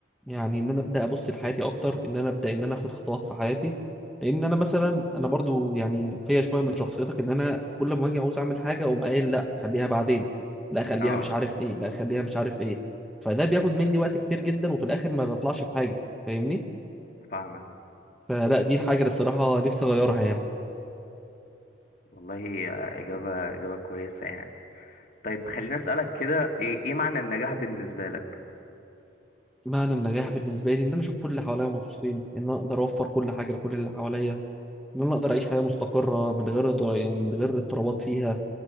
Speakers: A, in the centre; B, on the left.
A: يعني ان انا ابدا ابص لحياتي اكتر ان انا ابدا ان انا اخد خطوات في حياتي لان انا مثلا انا برضو يعني فيا شويه من شخصيتك ان انا كل ما اجي عاوز اعمل حاجه اقوم قايل لا خليها بعدين لا خليها
B: اه
A: مش عارف ايه لا خليها مش عارف ايه فده بياخد مني وقت كتير جدا وفي الاخر ما بطلعش بحاجه فاهمني
B: فاهمك
A: فلا دي الحاجة اللي بصراحة نفسي أغيرها يعني
B: والله هي إجابة إجابة كويسة يعني طيب خليني أسألك كده إيه إيه معنى النجاح بالنسبة لك؟
A: معنى النجاح بالنسبة لي إن أنا أشوف كل اللي حواليا مبسوطين إن أنا أقدر أوفر كل حاجة لكل اللي حواليا إن أنا أقدر أعيش حياة مستقرة من غير در- يعني من غير اضطرابات فيها